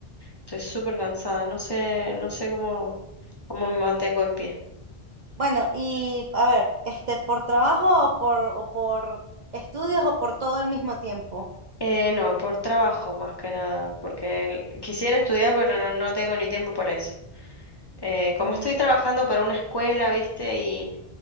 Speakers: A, on the left; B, on the right.
A: Estoy súper cansada, no sé, no sé cómo, cómo me mantengo en pie.
B: bueno, y a ver, este, ¿por trabajo o por, o por estudios o por todo al mismo tiempo?
A: Eh, no, por trabajo más que nada, porque el- quisiera estudiar, pero no, no tengo ni tiempo para eso. Eh, como
B: Mm,
A: estoy trabajando para una escuela, viste,